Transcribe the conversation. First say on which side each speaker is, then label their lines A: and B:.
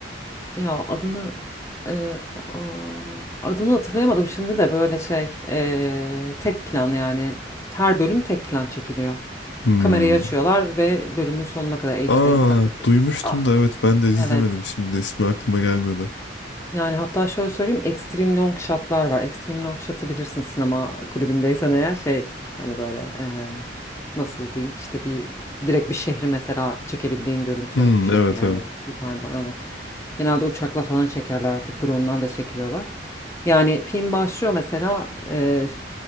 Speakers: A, on the left; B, on the left.
A: Ya adını e, aa, adını hatırlayamadım şimdi de böyle şey e, tek plan yani her bölüm tek plan çekiliyor.
B: Hmm.
A: Kamerayı açıyorlar ve bölümün sonuna kadar e işte
B: Aa,
A: 50 dakika. 40
B: duymuştum
A: Aa,
B: da evet ben de izlemedim.
A: evet.
B: Şimdi de ismi aklıma gelmedi.
A: Yani hatta şöyle söyleyeyim extreme long shot'lar var. Extreme long shot'ı bilirsin sinema kulübündeysen eğer şey hani böyle eee, nasıl diyeyim işte bir direkt bir şehri mesela çekebildiğin görüntü
B: Hmm,
A: şekli
B: evet
A: yani
B: evet
A: yukarıdan evet. Genelde uçakla falan çekerler artık drone'larla çekiyorlar. Yani film başlıyor mesela eee,